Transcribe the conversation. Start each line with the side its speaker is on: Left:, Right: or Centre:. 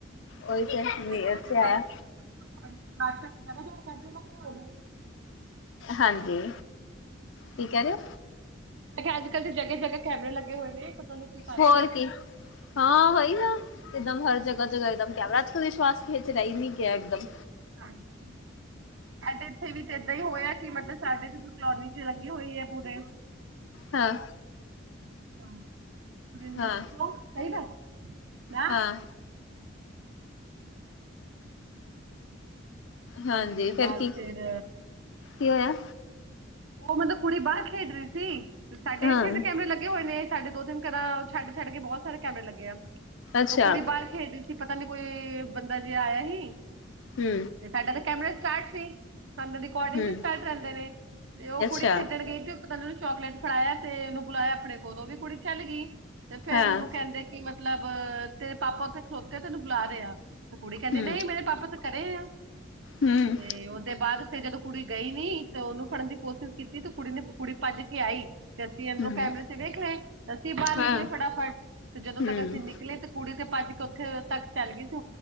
Left: ਉਈ ਤੇ
Right: ਪਤਾ ਕਿੱਦਾਂ
Left: ਨੀ
Right: ਪਹਿਲਾਂ
Left: ਐਥੇ
Right: ਤੇ ਦਾਦੀ
Left: ਆਇਆ।
Right: <inaudible>
Left: ਹਾਂਜੀ, ਕੀ ਕਹਿ ਰੇ ਓ?
Right: ਮੈਂ ਕਿਆ ਅਜ-ਕੱਲ ਤੇ ਜਗਾ-ਜਗਾ ਕੈਮਰੇ ਲੱਗੇ ਹੋਏ ਨੇ ਪਤਾ ਨੀ ਕੀ ਕਰਦੇ
Left: ਹੋਰ ਕੀ ਹਾਂ ਹੋਹੀ ਨਾ। ਇੱਕਦਮ ਹਰ ਜਗਾ-ਜਗਾ ਕੈਮਰਾ ਅਜ ਕਲ ਵਿਸ਼ਵਾਸ ਕਿਹਾ ਚ ਰੇ ਈ ਨੀ ਗਿਆ ਇੱਕਦਮ।
Right: ਹਾਂਜੀ, ਅਜ ਇੱਥੇ ਵੀ ਤੇ ਏਦਾਂ ਹੀ ਹੋਇਆ ਕਿ ਮਤਲਬ ਸਾਡੇ ਕਲੋਨੀ ਚ ਲੱਗੇ ਹੋਈ ਐ ਪੂਰੇ।
Left: ਹਾਂ
Right: <unintelligible>
Left: ਹਾਂ
Right: ਚਾਈਦੈ ਨਾ।
Left: ਹਾਂ ਹਾਂਜੀ
Right: ਤੇ ਉਹਦੇ
Left: ਫਿਰ
Right: ਬਾਦ
Left: ਕੀ
Right: ਫੇਰ
Left: ਕੀ ਹੋਇਆ?
Right: ਉਹ ਮਤਲਬ ਕੁੜੀ ਬਾਰ ਖੇਡ ਰੀ ਸੀ ਤੇ ਸਾਡੇ
Left: ਹਾਂ
Right: ਇੱਥੇ ਵੀ ਕੈਮਰੇ ਲੱ ਲੱਗੇ ਹੋਏ ਨੇ ਸਾਡੇ ਦੋ ਤਿੰਨ ਘਰਾਂ ਛੱਡ-ਛੱਡ ਕੇ ਬੋਤ ਸਾਰੇ ਕੈਮਰੇ ਲੱਗੇ ਆ
Left: ਅੱਛਾ
Right: ਕੁੜੀ ਬਾਰ ਖੇਡਦੀ ਸੀ, ਪਤਾ ਨੀ ਕੋਈ ਬੰਦਾ ਜੇਹਾ ਆਇਆ ਹੀ।
Left: ਹੂੰ
Right: ਸਾਡਾ ਤੇ ਕੈਮਰਾ ਸਟਾਰਟ ਸੀ, ਸਾਨੂੰ ਰਿਕੋਡਿੰਗ
Left: ਹਮ
Right: ਵੀ ਸਟਾਰਟ ਰਹਿੰਦੇ ਨੇ, ਤੇ ਓ
Left: ਅੱਛਾ
Right: ਕੁੜੀ ਖੇਡਣ ਗਈ ਸੀ ਉਹ ਪਤਾ ਉਹਨ ਨੂੰ ਚੋਕਲੇਟ ਫੜਾਇਆ ਤੇ ਉਹਨੂੰ ਬੁਲਾਇਆ ਆਪਣੇ ਕੋਲੋਂ ਵੀ ਕੁੜੀ ਚਲ ਗੀ। ਤੇ ਫੇਰ
Left: ਹਾਂ
Right: ਉਹਨੂੰ ਕਹਿੰਦੇ ਕਿ ਮਤਲਬ ਤੇਰੇ ਪਾਪਾ ਉੱਥੇ ਖਲੋਤੇ ਤੈਨੂੰ ਬੁਲਾ ਰੇ ਆ। ਤੇ ਕੁੜੀ ਕਹਿੰਦੀ
Left: ਹਮ
Right: ਨਈ ਮੇਰੇ ਪਾਪਾ ਤੇ ਕਰੇ ਆ,
Left: ਹਮ
Right: ਤੇ ਉਹਦੇ ਬਾਦ ਤੇ ਜਦੋਂ ਕੁੜੀ ਗਈ ਨੀ ਤੇ ਉਹਨੂੰ ਫੜਨ ਦੀ ਕੋਸ਼ਿਸ਼ ਕੀਤੀ ਤੇ ਕੁੜੀ ਨੇ ਕੁੜੀ ਪਾਜ ਕੇ ਆਈ। ਤੇ ਅਸੀਂ ਅੰਦਰੋਂ
Left: ਹਮ
Right: ਕੈਮਰੇ ਚ ਵੇਖ ਰੇ, ਅਸੀਂ ਬਾਰ ਨਿਕਲੇ
Left: ਹਾਂ
Right: ਫਟਾਫਟ ਤੇ ਜਦੋਂ
Left: ਹਮ
Right: ਤੱਕ ਅਸੀਂ ਨਿਕਲੇ ਤੇ ਕੁੜੀ ਤੇ ਭੱਜ ਕੇ ਉੱਥੇ ਤੱਕ ਚੱਲ ਗਈ ਸੀ,